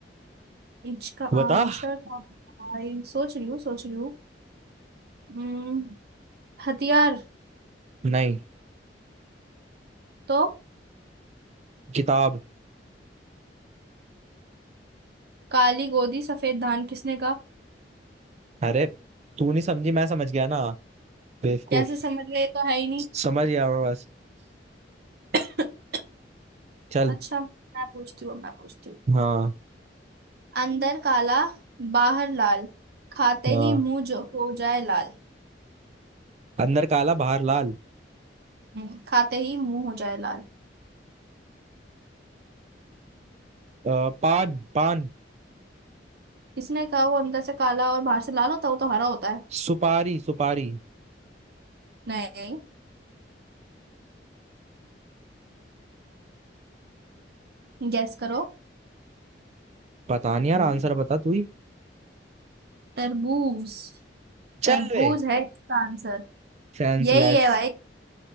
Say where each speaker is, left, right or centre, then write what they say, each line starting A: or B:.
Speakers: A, on the right (about 60°); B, on the right (about 40°).
A: इसका
B: बता
A: आंसर का होगा भाई सोच रही हूँ सोच रही हूँ हम्म, हथियार
B: नहीं
A: तो
B: किताब
A: काली गोदी सफेद धान किसने कहा
B: अरे तू नहीं समझी मैं समझ गया ना बेवकूफ
A: कैसे समझ गए ये तो है ही नहीं
B: समझ गया मैं बस
A: <laughs>
B: चल
A: अच्छा मैं पूछती हूँ मैं पूछती हूँ
B: हाँ
A: अंदर काला बाहर लाल खाते
B: हाँ
A: ही मुंह जो हो जाए लाल
B: अंदर काला बाहर लाल
A: हम्म, खाते ही मुंह हो जाए लाल
B: अ, पान पान
A: इसने कहा वो अंदर से काला और बाहर से लाल होता है वो तो हरा होता है
B: सुपारी सुपारी
A: नहीं गैस करो
B: पता नहीं यार
A: हम्म,
B: आंसर बता तू ही
A: तरबूज तरबूज
B: चल वे
A: है इसका आंसर
B: सेंसलेस
A: यही है भाई